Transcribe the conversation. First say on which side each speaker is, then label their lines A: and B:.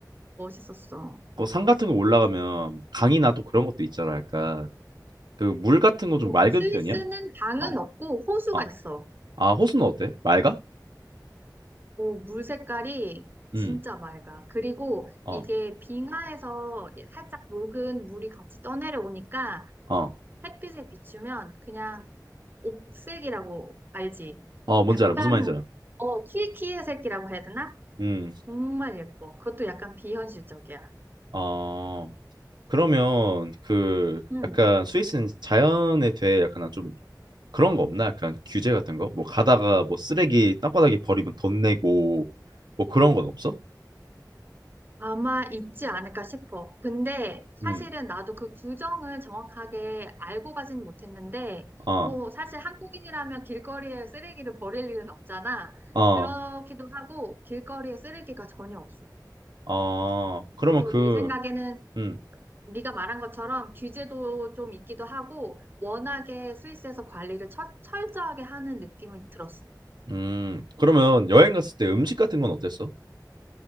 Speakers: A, on the right; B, on the right.
A: 멋있었어.
B: 그산 같은 거 올라가면, 강이나 또 그런 것도 있잖아, 약간. 그 물 같은 거 좀
A: 어,
B: 맑은
A: 스위스는
B: 편이야?
A: 강은
B: 어,
A: 없고 호수가
B: 어.
A: 있어.
B: 아, 호수는 어때? 맑아?
A: 어, 물 색깔이 진짜
B: 음,
A: 맑아. 그리고
B: 어,
A: 이게 빙하에서 살짝 녹은 물이 같이 떠내려오니까
B: 어,
A: 햇빛에 비추면 그냥 옥색이라고 알지?
B: 어, 뭔지
A: 약간
B: 알아. 무슨 말인지 알아.
A: 어 키키의 색이라고 해야 되나?
B: 음,
A: 정말 예뻐. 그것도 약간 비현실적이야.
B: 어. 그러면 그
A: 음.
B: 약간 스위스는 자연에 대해 약간 좀 그런 거 없나? 약간 규제 같은 거? 뭐 가다가 뭐 쓰레기 땅바닥에 버리면 돈 내고 뭐 그런 건 없어?
A: 아마 있지 않을까 싶어. 근데 사실은
B: 음.
A: 나도 그 규정을 정확하게 알고 가진 못했는데,
B: 아,
A: 뭐 사실 한국인이라면 길거리에 쓰레기를 버릴 일은 없잖아.
B: 아,
A: 그렇기도 하고 길거리에 쓰레기가 전혀 없어.
B: 아. 그러면
A: 그래서
B: 그,
A: 내 생각에는
B: 음,
A: 네가 말한 것처럼 규제도 좀 있기도 하고 워낙에 스위스에서 관리를 철, 철저하게 하는 느낌을 들었어.
B: 음. 그러면 여행 갔을 때 음식 같은 건 어땠어?